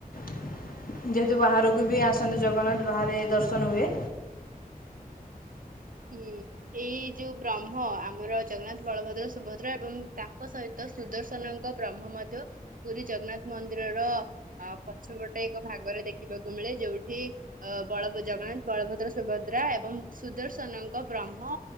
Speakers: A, on the left; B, on the right.
A: ଯେହେତୁ ବାହାରକୁ ବି ଆସନ୍ତି, ଜଗନ୍ନାଥ ବାହାରେ ଦର୍ଶନ ହୁଏ।
B: ହୁଁ, ଏଇ ଯୋଉ ବ୍ରହ୍ମ, ଆମର ଜଗନ୍ନାଥ ବଳଭଦ୍ର ସୁଭଦ୍ରା ଏବଂ ତାଙ୍କ ସହିତ ସୁଦର୍ଶନଙ୍କ ବ୍ରହ୍ମ ମଧ୍ୟ ପୁରୀ ଜଗନ୍ନାଥ ମନ୍ଦିରର ପଛପଟେ ଏକ ଭାଗରେ ଦେଖିବାକୁ ମିଳେ, ଯୋଉଠି ବଳ ଜଗନ୍ନାଥ, ବଳଭଦ୍ର, ସୁଭଦ୍ରା ଏବଂ ସୁଦର୍ଶନଙ୍କ ବ୍ରହ୍ମ